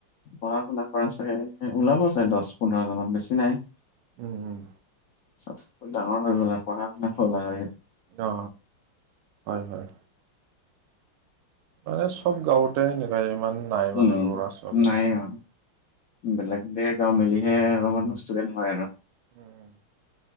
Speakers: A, on the left; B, on the right.
A: পঢ়া-শুনা কৰা চাগে, ওলাব চাগে দহ পোন্ধৰ জনত বেছি নাই।
B: উম, উম,
A: চ'ব ডাঙৰ হৈ গ'লা পঢ়া শুনা হ'ল আৰু সেইটো।
B: অ, হয় হয়। মানে চ'ব গাঁৱতে সেনেকুৱাই ইমান নাই
A: উম,
B: মানে ল'ৰা ছোৱালী।
A: নাই অ, বেলেগ বেলেগে গাওঁ, মেলিহে অলপমান ষ্টুডেণ্ট হয় আৰু।
B: উম,